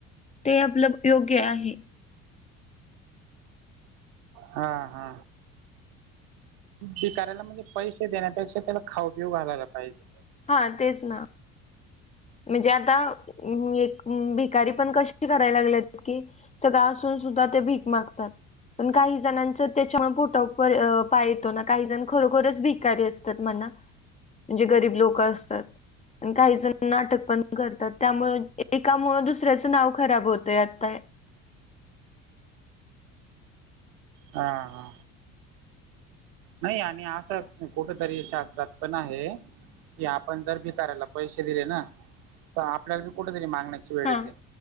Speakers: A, on the left; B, on the right.
A: ते आपलं योग्य आहे.
B: हा हा. भिकाऱ्यांना म्हणजे पैसे देण्यापेक्षा त्याला खाऊ पिऊ घालायला पाहिजे.
A: हा तेच ना. म्हणजे आता एक भिकारी पण कशी करायला लागल्यात कि सगळं असून सुद्धा ते भीक मागतात. पण काही जणांच त्याच्या पोटाव पाय येतो ना, काही जण खरोखरच भिकारी असत म्हणा, म्हणजे गरीब लोक असतात, पण काही जण नाटक पण करतात, त्यामुळ एकामुळ दुसऱ्याचं नाव खराब होतय, आताय
B: हा हा. नाही आणि आस कुठ तरी शास्त्रात पण आहे की आपण जर भिकाऱ्याला पैसे दिले ना तर आपल्याला कुठेतरी मागण्या वेळ
A: हा
B: येते.